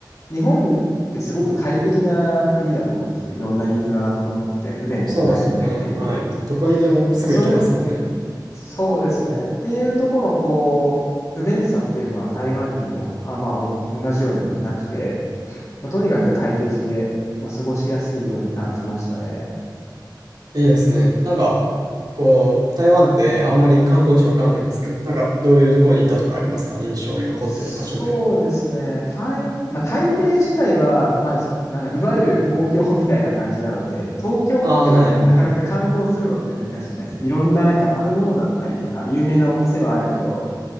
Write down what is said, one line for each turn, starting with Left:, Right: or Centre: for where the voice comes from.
Left: 日本ってすごく快適な国だと思うんですよ。いろんなインフラが整ってて不便じゃないっていう点で言うと。
Right: そうですよね。はい。どこにでもすぐ行けますもんね。
Left: まあ、それそうですね。っていうところのこう不便さっていうのは台湾にもあ、まあ、おん同じようになくて、まあ、とにかく快適で、まあ、過ごしやすいように感じましたね。
Right: いいですね。なんか、こう、台湾ってあんまり観光地わかんないんですけど、なんかどういうところに行ったとかありますか印象に残ってる場所で。
Left: そうですね。台、まあ、台北自体は、まあ、なんかいわゆる東京みたいな感じなので、まあ東京って言われてなかなか観光するのって難しいじゃないですか。
Right: ああ、はい、はい、
Left: いろんななんか食べ物だったりとか有名なお店はあるけど